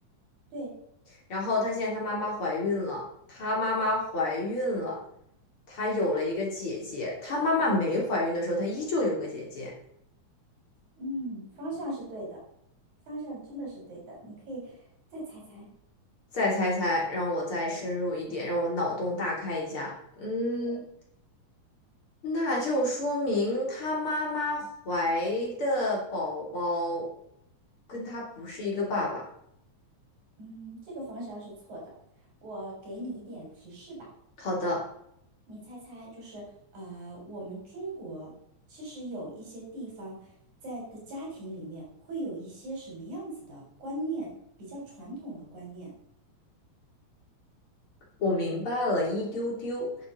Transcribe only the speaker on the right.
对。
嗯，方向是对的，方向真的是对的。你可以再猜猜。
对
对，
嗯，这个方向是错的。我给你一点提示吧，
你猜猜，就是呃，我们中国其实有一些地方在的家庭里面会有一些什么样子的观念，比较传统的观念。